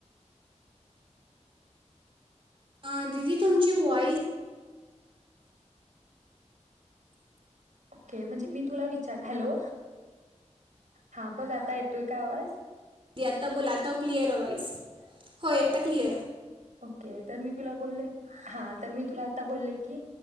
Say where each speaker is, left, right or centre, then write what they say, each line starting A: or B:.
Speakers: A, on the right; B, on the right.
A: अं दिदी तुमची वॉइस
B: ओके. म्हणजे मी तुला वि -- चार हॅलो. हा बघ आता येतोय का आवाज?
A: आता बोला आता क्लिअरय व्हॉइस. होय आता क्लिअर हाय.
B: ओके तर मी तुला बोलले, हा तर मी तुला आता बोलले की